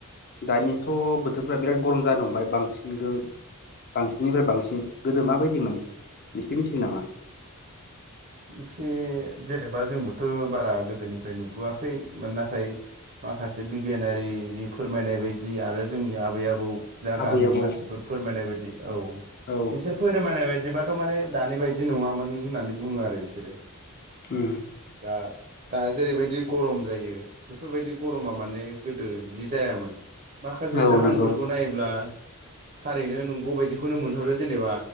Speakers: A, on the left (about 45°); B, on the right (about 40°).
A: दानिथ' बोथोरफ्रा बिराद गरम जानो हमबाय बांसिनगो बांसिननिफ्राय बांसिन गोदो माबायदिमोन <unintelligible> मिथिगोन नामा?
B: इसे जेनेबा जोंबोथ' बारा गोदोनिफ्राय नुबोआखै मोन नाथाय। माखासे बिगियानारिनि फोरमायनाय बायदि आरो जोंनि आबै- आबौ। जा
A: आबै
B: गामिनि
A: आबौ
B: मानसिफोर फोरमायनाय बायदि औ
A: औ
B: बिसोर फोरमायनाय बायदिबाथ' माने दानि बायदि नङामोन होननानै बुङो आरो बिसोरो
A: ओम।
B: दा दा जेरैबायदि गरम जायो बेफोरबायदि गरमा माने गोदो बिदि जायामोन। माखासे
A: औ
B: जाहोनफोरखौ
A: नंगौ
B: नायोब्ला। थारैनो नोंगौ बायदिखौनो मोनहरो जेनेबा